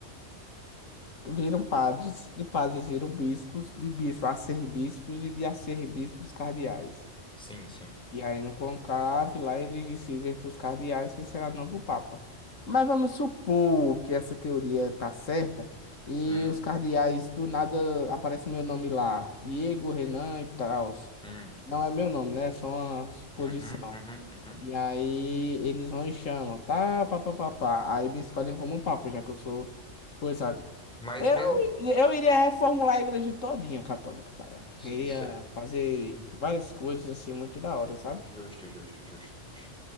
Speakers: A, on the left (about 85°); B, in the centre.
A: Viram padres, de padres viram bispos, de bispos arcebispos e de arcebispos cardeais.
B: sim, sim.
A: E aí no conclave lá eles decidem entre os cardeais quem será o novo papa. Mas vamos supor que essa teoria tá certa e
B: Hum,
A: os cardeais do nada aparece meu nome lá, Diego, Renan e tal,
B: hum,
A: que não é meu nome, né? É só uma suposição.
B: uhum, uhum, uhum.
A: E aí eles vão e chamam, tá, papapá. Aí me escolhem como papa, já que eu sou coisado.
B: Mas
A: Eu,
B: mesmo.
A: eu iria reformular a igreja todinha católica, cara.
B: Sim,
A: Ia
B: certo.
A: fazer várias coisas assim muito da hora, sabe?
B: Justo, justo, justo, justo.